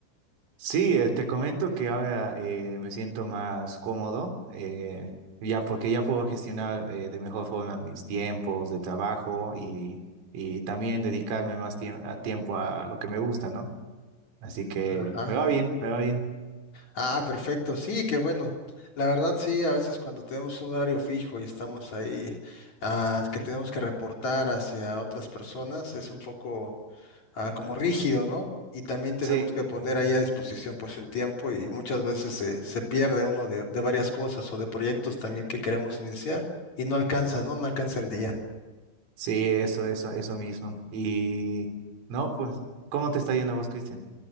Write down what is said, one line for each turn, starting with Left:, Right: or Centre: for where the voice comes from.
Right: Sí, eh, te comento que ahora eh, me siento más cómodo, eh, ya porque ya puedo gestionar eh, de mejor forma mis tiempos de trabajo y, y también dedicarme más tiemp- a tiempo a lo que me gusta, ¿no? Así que
Left: Ajá.
Right: me va bien, me va bien.
Left: Ah, perfecto, sí, qué bueno. La verdad, sí, a veces cuando tenemos un horario fijo y estamos ahí, ah, que tenemos que reportar hacia otras personas, es un poco, ah, como rígido, ¿no? Y también tenemos
Right: Sí,
Left: que poner ahí a disposición pues el tiempo y muchas veces se, se pierde uno de, de varias cosas o de proyectos también que queremos iniciar y no alcanza, ¿no? No alcanza el día.
Right: sí, eso, eso, eso mismo. Y no, pues, ¿cómo te está yendo a vos, Cristian?